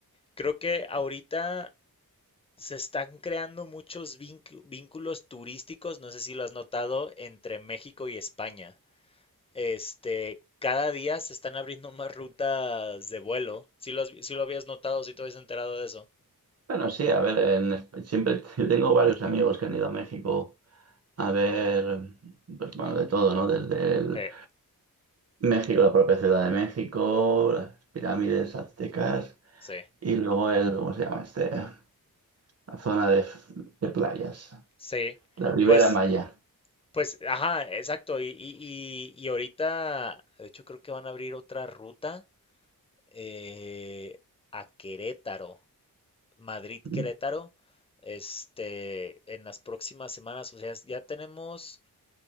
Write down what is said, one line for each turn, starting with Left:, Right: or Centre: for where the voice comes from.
Left: creo que ahorita se están creando muchos vincu- vínculos turísticos, no sé si lo has notado, entre México y España. Este, cada día se están abriendo más rutas de vuelo. Si lo, has vi- sí lo habías notado, si te habías enterado de eso.
Right: Bueno, sí, a ver, en Esp- siempre <laughs> yo tengo varios amigos que han ido a México a ver, pues bueno, de todo, ¿no? Desde el
Left: Eh,
Right: México, la propia Ciudad de México, las pirámides aztecas
Left: sí.
Right: y luego el, ¿cómo se llama este? La zona de, de playas,
Left: Sí,
Right: la Ribera
Left: pues,
Right: Maya.
Left: pues, ajá, exacto. Y, y, y, y ahorita, de hecho, creo que van a abrir otra ruta eh, a Querétaro, Madrid-Querétaro,
Right: Mm.
Left: este, en las próximas semanas. O sea, ya tenemos